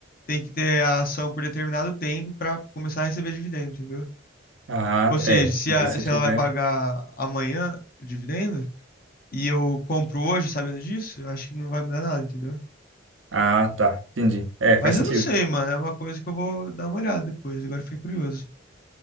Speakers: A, on the left (about 45°); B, on the right (about 75°).
A: Tem que ter a ação por determinado tempo pra começar a receber dividendo, entendeu?
B: Ah,
A: Ou
B: tá,
A: seja,
B: é.
A: se,
B: Daí
A: a-
B: se
A: se
B: tiver.
A: ela vai pagar amanhã o dividendo. e eu compro hoje sabendo disso, eu acho que não vai mudar nada, entendeu?
B: Ah, tá. Entendi. É,
A: Mas
B: faz
A: eu
B: sentido.
A: não sei, mano. É uma coisa que eu vou dar uma olhada depois. Agora eu fiquei curioso.